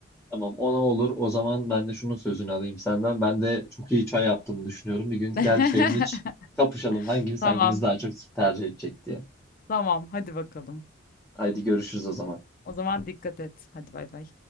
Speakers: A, in the centre; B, on the left.
A: Tamam ona olur o zaman ben de şunun sözünü alayım senden. Ben de çok iyi çay yaptığımı düşünüyorum. Bir gün gel
B: <laughs>
A: çayımı iç kapışalım hangimiz
B: Tamam,
A: hangimiz daha çok tercih edecek diye.
B: tamam. Hadi bakalım.
A: Haydi görüşürüz o zaman.
B: O zaman dikkat et. Hadi bay bay.